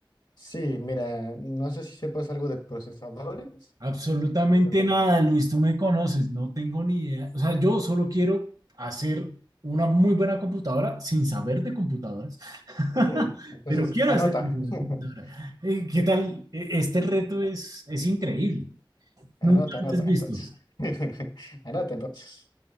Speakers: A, on the left (about 60°); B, on the right (about 60°).
A: Sí, mira, no sé si sepas algo de procesadores,
B: Absolutamente
A: pero...
B: nada, Luis, tú me conoces, no tengo ni idea. O sea, yo solo quiero hacer una muy buena computadora sin saber de computadoras, <laughs>
A: Ok, entonces,
B: pero quiero
A: anota.
B: hacer una buena computadora.
A: <laughs>
B: Eh, ¿Qué tal? E- Este reto es, es increíble,
A: Anota,
B: nunca
A: anota,
B: antes visto.
A: entonces. <laughs> Anota, entonces.